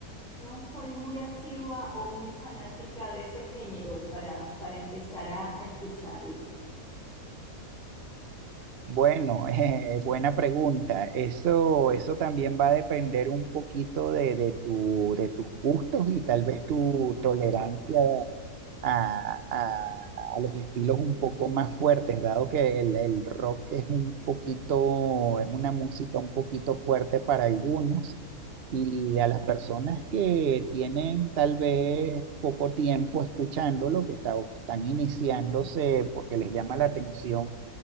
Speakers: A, in the centre; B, on the right.
A: No soy muy asidua o muy fanática de ese género para, para empezar a, a escucharlo.
B: Bueno, <laughs> eh, buena pregunta. Eso, eso también va a depender un poquito de, de tu, de tus gustos y tal vez tu tolerancia a, a- a los estilos un poco más fuertes, dado que el, el rock es un poquito, es una música un poquito fuerte para algunos. Y a las personas que tienen tal vez poco tiempo escuchándolo, que está- o que están iniciándose porque les llama la atención